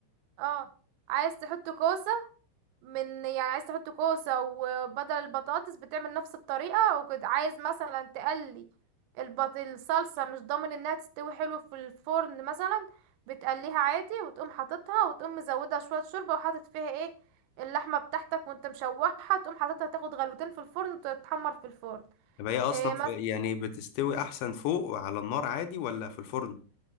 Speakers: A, on the right; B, on the left.
A: اه عايز تحط كوسة من يعني عايز تحط كوسة وبدل البطاطس بتعمل نفس الطريقة وكده عايز مثلا تقلي البط... الصلصة مش ضامن انها تستوي حلو في الفرن مثلا بتقليها عادي وتقوم حاططها وتقوم مزودها شوية شوربة وحاطط فيها ايه اللحمة بتاعتك وانت مشوحها تقوم حاططها تاخد غلوتين في الفرن وتتحمر في الفرن
B: طب هي اصلا
A: إيه
B: في يعني بتستوي احسن فوق على النار عادي ولا في الفرن